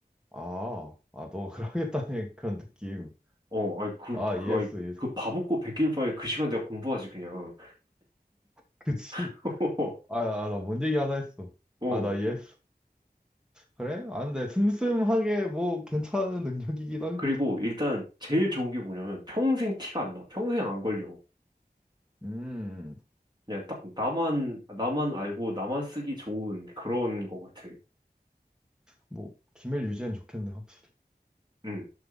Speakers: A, in the centre; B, on the right.
A: 아, 아, 너가 그러겠다는 <laughs> 그런 느낌.
B: 어, 아니, 그,
A: 아,
B: 그,
A: 이해했어,
B: 아니,
A: 이해했어.
B: 그 바보고 베낄 바에 그 시간 내가 공부하지, 그냥.
A: <laughs> 그치?
B: <laughs>
A: 아, 아, 나 뭔 얘기 하나 했어.
B: 어.
A: 아, 나 이해했어. 그래? 아, 근데 슴슴하게 뭐 괜찮은 능력이긴 하겠.
B: 그리고 일단 제일 좋은 게 뭐냐면 평생 티가 안 나. 평생 안 걸려.
A: 음,
B: 그냥 딱 나만, 나만 알고 나만 쓰기 좋은 그런 것 같아.
A: 뭐, 기밀 유지엔 좋겠네, 확실히.
B: 응.